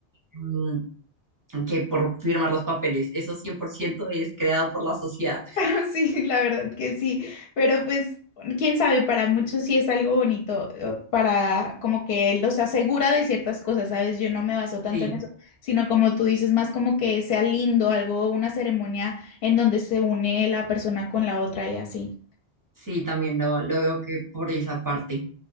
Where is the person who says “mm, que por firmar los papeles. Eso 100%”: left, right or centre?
Right